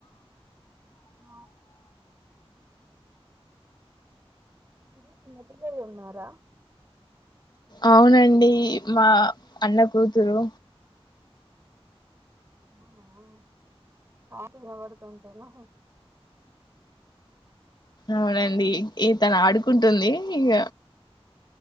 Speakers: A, on the right (about 25°); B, on the left (about 45°).
A: ఆ మీ చిన్నపిల్లలున్నారా
B: అవునండి మా అన్న కూతురు
A: ఆ ఆ కాసుగాబడుతు ఉంటానా
B: అవునండి ఈ తను ఆడుకుంటుంది ఇగ